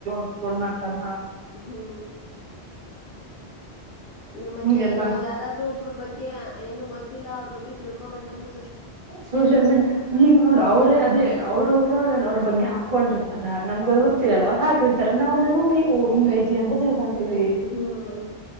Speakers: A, on the right (about 50°); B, on the left (about 60°).
A: ಅಫ್ಲೋಡ್ ಮಾಡ್ತಾರ
B: ಹ್ಮ ಹ್ಮ್ ಮತ್ತೆ
A: ಹಿಂಗೆಲ್ಲಾ
B: ನಾವ್ ಯಾರಾದ್ರೂ ಒಬ್ರ್ ಬಗ್ಗೆ ಏನು ಗೊತ್ತಿಲ್ಲ ಅವ್ರ್ ಬಗ್ಗೆ ತಿಳ್ಕೋಬೇಕಂದ್ರ
A: ಸೋಷಿಯಲ್ ಮೀಡಿಯಾ, ಈಗ್ ನೋಡು ಅವ್ರೇ ಅದೇ ಅವ್ರ್ ಅವ್ರ ಅದನ್ ಅವ್ರ್ ಬಗ್ಗೆ ಹಾಕೊಂಡ್ ತರ ನಮ್ಗದ್ ಗೊತ್ತಿರಲ್ಲ
B: ಹ್ಮ
A: ಅವ್ರ್ ಹಾಕಿರ್ತಾರ ನಾವದನ್ ನೋಡಿ ಓ ಇಂಗೈತಿ ಅಂತ ತಿಳ್ಕನ್ತೀವಿ
B: ಹ್ಮ್,